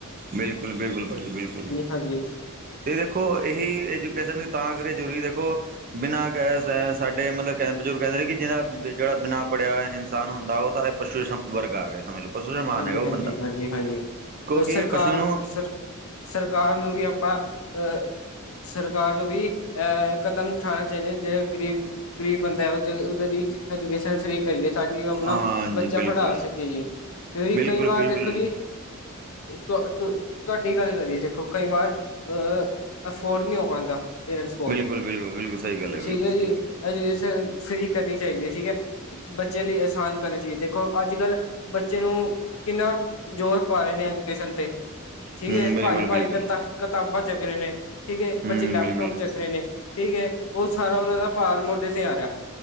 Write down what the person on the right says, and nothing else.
ਬਿਲਕੁਲ- ਬਿਲਕੁਲ ਭਾਜੀ ਬਿਲਕੁਲ
ਤੇ ਦੇਖੋ, ਇਹੀ ਐਜੂਕੇਸ਼ਨ ਤਾਂ ਕਰੀ ਜ਼ਰੂਰੀ ਦੇਖੋ ਬਿਨਾਂ ਕ ਸਾਡੇ ਮਤਲਬ ਕਹ ਬਜ਼ੁਰਗ ਕਹਿੰਦੇ ਨੇ ਕਿ ਜਿਹਦਾ, ਜਿਹੜਾ ਬਿਨਾ ਪੜ੍ਹਿਆ ਇਨਸਾਨ ਹੁੰਦਾ ਉਹ ਤਾਂ ਪਸ਼ੂ ਸੰਭ ਵਰਗਾ ਆ ਗਿਆ ਸਮਝ ਲਓ ਪਸ਼ੂ ਸਮਾਨ
ਹੈਗਾ ਉਹ
ਬੰਦਾ
ਕਿਉਂਕਿ
ਪਸ਼ੂ ਨੂੰ
ਹਾਂਜੀ
ਬਿਲਕੁਲ
ਬਿਲਕੁਲ
ਬਿਲਕੁਲ
ਬਿਲਕੁਲ ਬਿਲਕੁਲ ਬਿਲਕੁਲ ਸਹੀ ਗੱਲ ਬਿਲਕੁਲ
ਸਹੀ
ਗੱਲ
ਹੂੰ
ਬਿਲਕੁਲ
ਬਿਲਕੁਲ
ਹੂੰ
ਬਿਲਕੁਲ